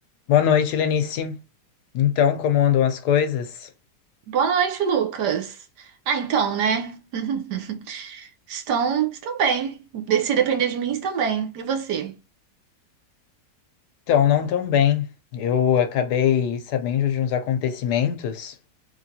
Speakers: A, on the left; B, on the right.
A: Boa noite, Lenice. Então, como andam as coisas?
B: Boa noite, Lucas. Ah, então, né? <laughs> Estão, estão bem. De- Se depender de mim, estão bem. E você?
A: Então, não tão bem. Eu acabei sabendo de uns acontecimentos.